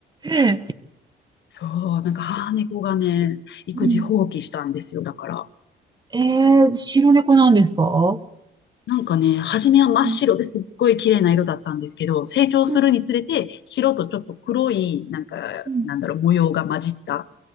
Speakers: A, on the right (about 20°); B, on the left (about 65°).
A: え、
B: そう、なんか母猫がね、育児放棄したんですよ、
A: うん。
B: だから。
A: えー、白猫なんですか
B: なんかね、初めは真っ白ですっごい綺麗な色だったんですけど、
A: うん
B: 成長するにつれて白とちょっと黒い、
A: うん。
B: なんか、
A: うん
B: なんだろう、模様が混じった